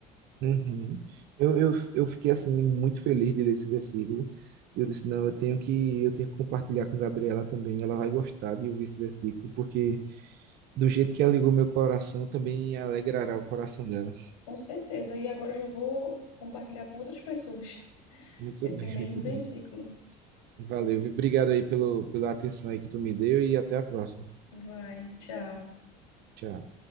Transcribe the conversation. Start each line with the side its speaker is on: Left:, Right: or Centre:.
Right: Uhum. Eu, eu, eu fiquei assim muito feliz de ler esse versículo. Eu disse, não, eu tenho que eu tenho que compartilhar com Gabriela também. Ela vai gostar de ouvir esse versículo, porque do jeito que alegrou meu coração, também alegrará o coração dela.
Left: Com certeza. E agora eu já vou compartilhar com outras pessoas <laughs>
Right: Muito
Left: esse
Right: bem,
Left: mesmo
Right: <laughs> muito
Left: versículo.
Right: bem. Valeu, viu? obrigado aí pelo, pela atenção aí que tu me deu e até a próxima.
Left: Vai, tchau.
Right: Tchau.